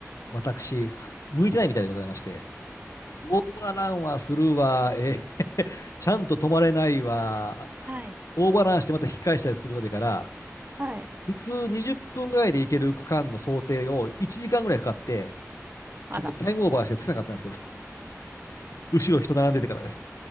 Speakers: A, on the left; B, on the right.
A: 私、向いてないみたいでございまして、オーバーランはするわ、え、ちゃんと止まれないわ、
B: はい。
A: オーバーランしてまた引き返したりするまでから、
B: はい。
A: 普通20分ぐらいで行ける区間の想定を1時間ぐらいかかって、
B: あら。
A: 結局タイムオーバーしてつけなかったんですけど、後ろ人並んでてからです。